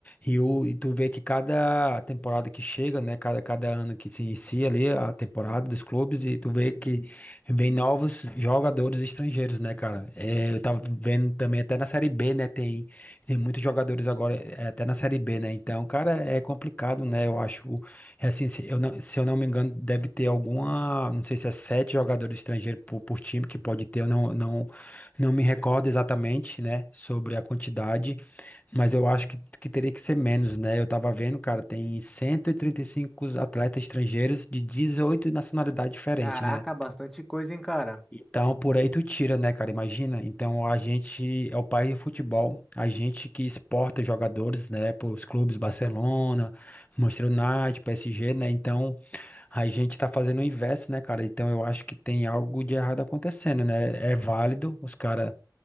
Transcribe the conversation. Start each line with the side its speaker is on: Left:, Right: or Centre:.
Left: e, o, e tu vê que cada temporada que chega, né, cada, cada ano que se inicia ali a temporada dos clubes, e tu vê que Vem novos jogadores estrangeiros, né, cara? É, eu tava vendo também até na Série B, né? Tem, tem muitos jogadores agora, é, até na Série B, né? Então, cara, é complicado, né? Eu acho, é assim, se eu não, se eu não me engano, deve ter alguma, não sei se é sete jogadores estrangeiros por, por time que pode ter, eu não, não, não me recordo exatamente, né, sobre a quantidade, mas eu acho que, que teria que ser menos, né? Eu tava vendo, cara, tem cento e e trinta e cinco atletas estrangeiros de 18 nacionalidades diferentes,
Centre: Caraca,
Left: né?
Centre: bastante coisa, hein, cara?
Left: Então, por aí tu tira, né, cara? Imagina. Então, a gente é o país do futebol, a gente que exporta jogadores, né, para os clubes Barcelona, Manchester United, PSG, né? Então, a gente tá fazendo o inverso, né, cara? Então, eu acho que tem algo de errado acontecendo, né? É válido os caras